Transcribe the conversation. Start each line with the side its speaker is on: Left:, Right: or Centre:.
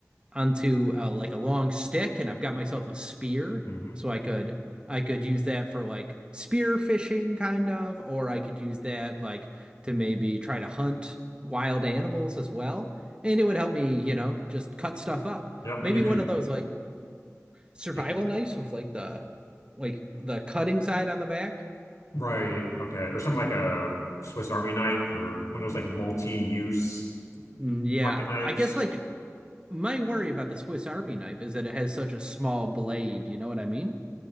Right: onto uh, like a long stick and I've got myself a spear
Left: hmm
Right: so I could I could use that for like spear fishing kind of or I could use that like to maybe try to hunt wild animals as well and it would help me, you know, just cut stuff up.
Left: Yep,
Right: Maybe
Left: and you could,
Right: one of those like survival
Left: yep,
Right: knives with like the like the cutting side on the back.
Left: right, okay, or something like a Swiss Army knife or one of those like multi-use
Right: Mm, Yeah,
Left: pocket knives.
Right: I guess like my worry about the Swiss Army knife is that it has such a small blade, you know what I mean?